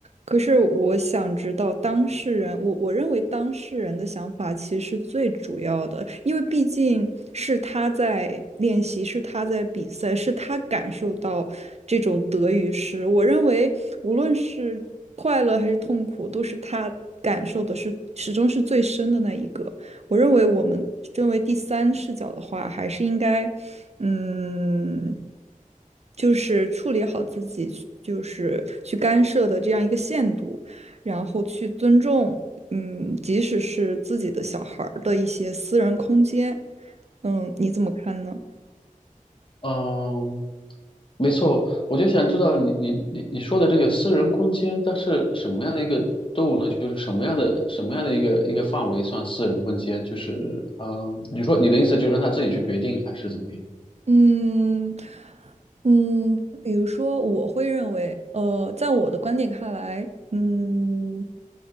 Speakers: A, on the right; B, on the left.
A: 可是我想知道当事人，我我认为当事人的想法其实是最主要的，因为毕竟是他在练习，是他在比赛，是他感受到这种得与失。我认为无论是快乐还是痛苦，都是他感受的是始终是最深的那一个。我认为我们身为第三视角的话，还是应该，嗯，就是处理好自己就是去干涉的这样一个限度，然后去尊重，嗯，即使是自己的小孩儿的一些私人空间，嗯，你怎么看呢？
B: 嗯。没错，我就想知道你你你你说的这个私人空间，它是什么样的一个度呢？就是什么样的什么样的一个一个范围算私人空间？就是嗯、呃你说你的意思就是让他自己去决定，还是怎么样？
A: 嗯嗯，比如说，我会认为，呃，在我的观点看来，嗯，